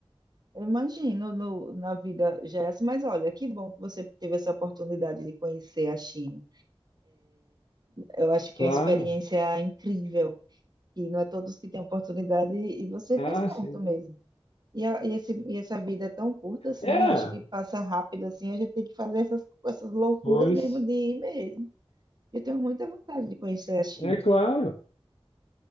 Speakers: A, on the right (about 45°); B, on the left (about 75°).
A: Eu imagino no- na vida, Jess, mas olha, que bom que você teve essa oportunidade de conhecer a China. Eu acho que
B: Claro.
A: é uma experiência incrível, e não é todos que têm oportunidade, e você
B: Ah,
A: fez certo
B: sem dúvida.
A: mesmo. E, a- e esse, e essa vida é tão curta assim,
B: É,
A: eu acho que passa rápido assim, a gente tem que fazer essas, essas loucuras
B: pois,
A: mesmo de ir mesmo. Eu tenho muita vontade de conhecer a China.
B: é claro.